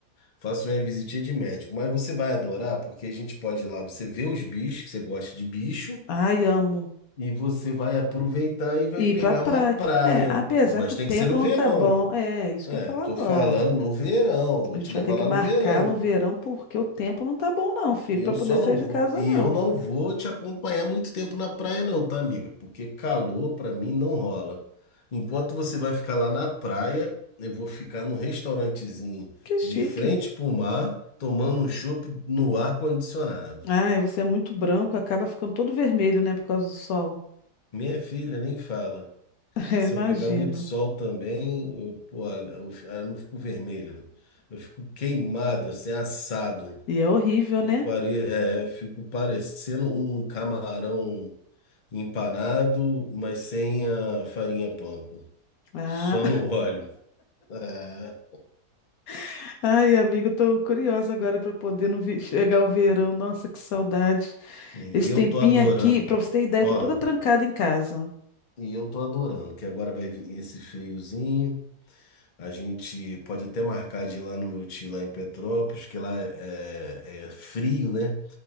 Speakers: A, on the left (about 55°); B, on the left (about 70°).
A: Faço minha visitinha de médico, mas você vai adorar, porque a gente pode ir lá, você vê os bichos, que você gosta de bicho,
B: Ai, amo.
A: E você vai aproveitar e vai
B: Ir
A: pegar
B: pra praia.
A: uma praia.
B: É, apesar
A: Mas
B: que o
A: tem
B: tempo
A: que ser no verão.
B: não tá bom. É, isso
A: É,
B: que eu ia falar
A: tô
B: agora.
A: falando no verão. Vou
B: A
A: te
B: gente
A: levar
B: vai ter que
A: lá
B: marcar
A: no verão.
B: no verão porque o tempo não tá bom, não, filho,
A: E eu
B: pra poder
A: só
B: sair
A: não vou,
B: de casa,
A: e
B: não.
A: eu não vou te acompanhar muito tempo na praia não, tá, amiga? Porque calor pra mim não rola. Enquanto você vai ficar lá na praia, eu vou ficar num restaurantezinho
B: Que chique.
A: de frente pro mar, tomando um chopp no ar condicionado.
B: Ah, é, você é muito branco, acaba ficando todo vermelho, né, por causa do sol.
A: Minha filha nem fala.
B: <laughs> Eu
A: Se
B: imagino.
A: eu pegar muito sol também, eu, pô, eu, fi- ah, eu não fico vermelho. Eu fico queimado, assim, assado.
B: E é horrível,
A: Eu
B: né?
A: parei, é, eu fico parecendo um camarão empanado, mas sem a farinha panko.
B: Ah,
A: Só no <laughs> óleo. É,
B: <laughs> ai, amiga, eu tô curiosa agora pra poder no vi- chegar o verão. Nossa, que saudade.
A: e
B: Esse
A: eu
B: tempinho
A: tô adorando.
B: aqui, pra você ter ideia,
A: Ó,
B: eu tô toda trancada em casa.
A: e eu tô adorando, que agora vai vir esse friozinho. A gente pode até marcar de lá no meu tio, lá em Petrópolis, que lá é, é é frio, né?